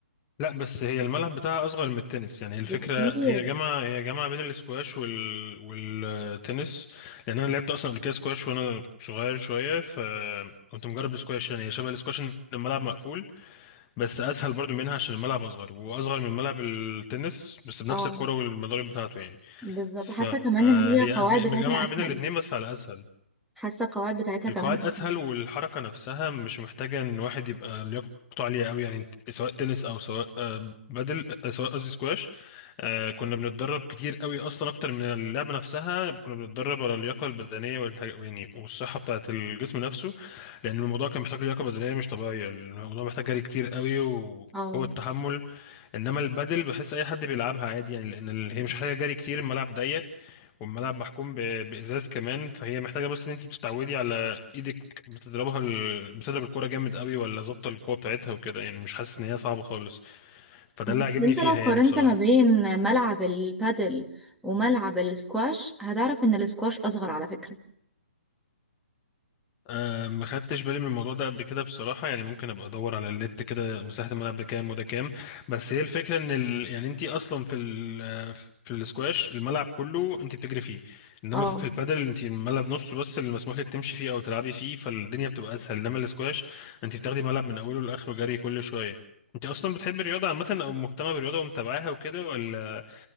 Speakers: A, on the left (about 25°); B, in the centre.
A: لا بس هي الملعب بتاعها اصغر من التنس يعني هي الفكره
B: بكتير
A: هي جامعه هي جامعه بين الاسكواش وال... والتنس لان انا لعبت اصلا قبل كده سكواش وانا صغير شويه فكنت مجرب السكواش يعني هي شبه الاسكواش ان الملعب مقفول بس اسهل برضو منها عشان الملعب اصغر واصغر من ملعب التنس بس بنفس
B: اه
A: الكره والمضارب بتاعته يعني
B: بالظبط
A: فهي
B: حاسة كمان ان هي القواعد
A: جامعه
B: بتاعتها اسهل
A: بين الاتنين بس على اسهل
B: حاسة القواعد بتاعتها
A: القواعد
B: كمان اسهل
A: اسهل والحركه نفسها مش محتاجه ان واحد يبقى لياقته عاليه قوي يعني انت- سواء تنس او سواء آه، بدل آه، سواء قصدي سكواش آه، كنا بنتدرب كتير قوي اصلا اكتر من اللعبه نفسها كنا بنتدرب على اللياقه البدنيه والحاجة يعني والصحه بتاعه الجسم نفسه لان الموضوع كان محتاج لياقه بدنيه مش طبيعيه الموضوع محتاج جري كتير قوي وقوه
B: اه
A: تحمل انما البادل بحس اي حد بيلعبها عادي يعني لان ال- هي مش محتاجه جري كتير الملعب ضيق والملعب محكوم ب- بازاز كمان فهي محتاجه بس ان انت بتتعودي على ايدك بتضربها ال... بتضرب الكوره جامد قوي ولا ظابطه القوه بتاعتها وكده يعني مش حاسس ان هي صعبه خالص فده
B: بس
A: اللي عجبني
B: انت
A: فيها
B: لو قارنت
A: يعني بصراحه
B: ما بين ملعب البادل وملعب السكواش هتعرف ان السكواش اصغر على فكرة
A: أه ما خدتش بالي من الموضوع ده قبل كده بصراحة يعني ممكن ابقى ادور على النت كده مساحة الملعب ده كام وده كام بس هي الفكرة ان ال... يعني انت اصلا في ال... آه، في الاسكواش الملعب كله انت بتجري فيه انما
B: اه
A: في البادل انت الملعب نصه بس اللي مسموح لك تمشي فيه او تلعبي فيه فالدنيا بتبقى اسهل انما الاسكواش انت بتاخدي ملعب من اوله لاخره جري كل شوية انت اصلا بتحبي الرياضة عامة او مهتمة بالرياضة ومتابعاها وكده ولا